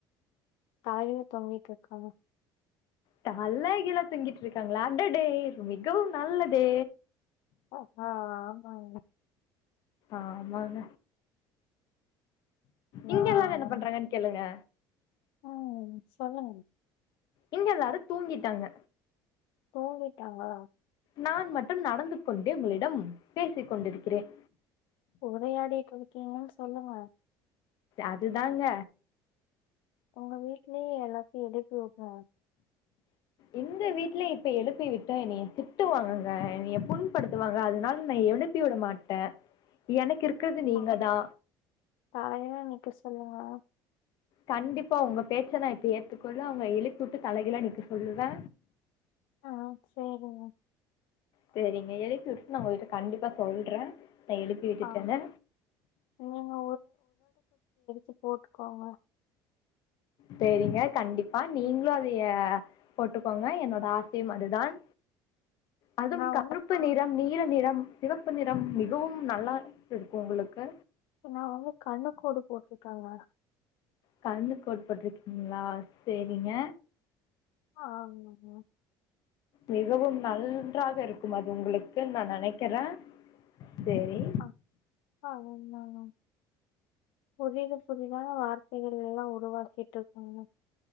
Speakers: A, on the left; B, on the left.
A: தலகில தொங்கிட்டு இருக்காங்க
B: தலகீழா தொங்கிக்கிட்டு இருக்காங்களா அடடே மிகவும் நல்லது
A: ஆ ஆமாங்க
B: ஆமாங்க
A: ஆ
B: இங்க எல்லாரு
A: ஆமாங்க.
B: என்ன பண்றாங்கன்னு கேளுங்க
A: ம் சொல்லுங்க
B: இங்க எல்லாரு தூங்கிட்டாங்க
A: தூங்கிட்டாங்களா
B: நான் மட்டும் நடந்து கொண்டே உங்களிடம் பேசிக் கொண்டிருக்கிறேன்
A: உரையாடிட்டு இருக்கீங்கனு சொல்லுங்க
B: அதுதாங்க
A: ஒங்க வீட்லயே எல்லாத்தையு எடுத்து வப்போ
B: எங்க வீட்ல இப்ப எழுப்பி விட்டா என்னய திட்டுவாங்கங்க என்னய புண்படுத்துவாங்க அதுனால நா எழுப்பி விட மாட்டே எனக்கு இருக்குற்து நீங்க தா
A: ஹாயா நிக்க சொல்லவா
B: கண்டிப்பா உங்க பேச்ச நா இப்ப ஏத்துக்கொள்றே அவுங்கள எழுப்பிவுட்டு தலகிழ நிக்க சொல்லுவே
A: ஆ சேரிங்க
B: சேரிங்க எழுப்பி விட்டுட்டு நா உங்ககிட்ட கண்டிப்பா சொல்றே நா எழுப்பி விட்டுட்டேனு
A: ஆ நீங்க <unintelligible> போட்டுக்கோங்க
B: சேரிங்க கண்டிப்பா நீங்ளு அதய போட்டுக்கோங்க என்னோட ஆசையும் அதுதான் அதுவு
A: நா
B: கருப்பு
A: வந்து க
B: நிற நிறம் நீல நிளம் சிவப்பு நிறம் மிகவும் நல்லா இருக்கு உங்களுக்கு
A: என்னா அவுங்க கண்ணுக்கோடு போட்ருக்காங்க
B: கணுக்கோடு போட்ருக்கீங்களா சேரிங்க
A: ஆமாங்க
B: மிகவும் நன்றாக இருக்கும் அது உங்களுக்கு நா நெனக்கிறே சேரி
A: <unintelligible> புதிது புதிதான வார்த்தைகள் எல்லா உருவாக்கிட்டு இருக்கோங்க